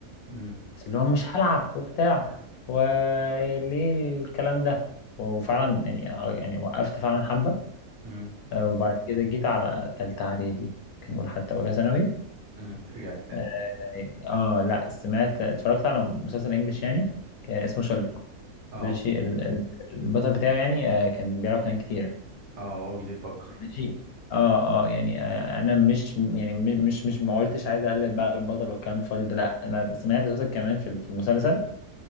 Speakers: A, on the right (about 55°); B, on the left (about 80°).
A: امم
B: قلت لهم مش هلعب وبتاع وليه الكلام ده وفعلا يعني آه، يعني وقفت فعلا حبة
A: امم
B: آه، وبعد كده جيت على تالتة اعدادي ممكن نقول حتى اولى ثانوي
A: امم رجعت تاني
B: اه آه، لا سمعت اتفرجت على مسلسل انجلش يعني آه، اسمه شلق
A: اه
B: ماشي ال- ال- البطل بتاعه يعني آه، كان بيلعب كان كتير
A: اه هو بيفكر
B: ماشي اه اه يعني آه، انا مش يعني م- مش مش ما قلتش عايز اقلد بقى البطل والكلام الفاضي ده لا انا سمعت صوتك كمان في في المسلسل